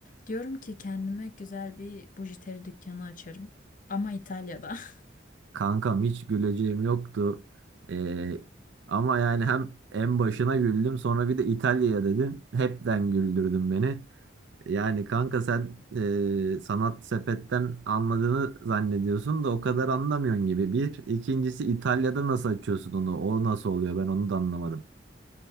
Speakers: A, on the left; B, on the right.
A: diyorum ki kendime güzel bir bujiteri dükkanı açarım. Ama İtalya'da. <laughs>
B: Kankam hiç güleceğim yoktu. Ee, ama yani hem en başına güldüm sonra bir de İtalya'ya dedin. Hepten güldürdün beni. Yani kanka sen e, sanat sepetten anladığını zannediyorsun da o kadar anlamıyorsun gibi. Bir. İkincisi İtalya'da nasıl açıyorsun onu? O nasıl oluyor? Ben onu da anlamadım.